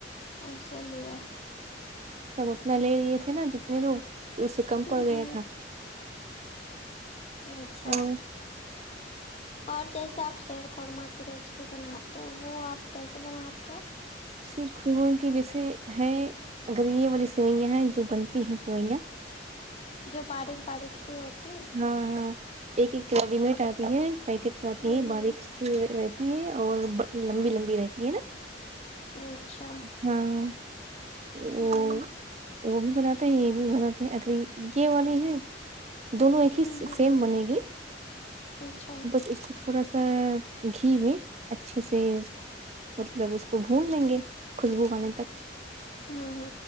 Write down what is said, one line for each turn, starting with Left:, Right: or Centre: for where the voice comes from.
Left: اسیے لیا
Right: سب اپنا لے لیے تھے نا جتنے لوگ تو اس سے کم
Left: جی
Right: پڑ گیا
Left: جی
Right: تھا
Left: اچھا
Right: اور
Left: اور جیسے آپ شیر خورمہ کی ریسیپی بناتے ہو وہ آپ کیسے بناتے ہو
Right: سر خوں کی جیسے ہے اگرگر یہ والی سوئیاں ہیں جو بنتی ہیں سوئیاں
Left: جو باریک باریک سی ہوتی
Right: ہاں ہاں ایک ایک ریڈی مٹ آتی ہے پیکٹ میں آتی
Left: ہوں
Right: ہے
Left: ہوں
Right: باریک رہتی ہے اور لمبی لمبی رہتی ہے نا
Left: اچھا
Right: ہوں وہ
Left: ہوں
Right: وہ بھی بناتے ہیں یہ بھی بناتے ہیں اگر یہ والے ہیں دونوں ایک ہی
Left: ہوں ہوں
Right: سیم بنے گی
Left: اچھا
Right: بس اس تھوڑا سا گھی میں اچھے سے مطلب اس کو بھونون لیں گے خوشبو آنے تک
Left: ہاں ہاں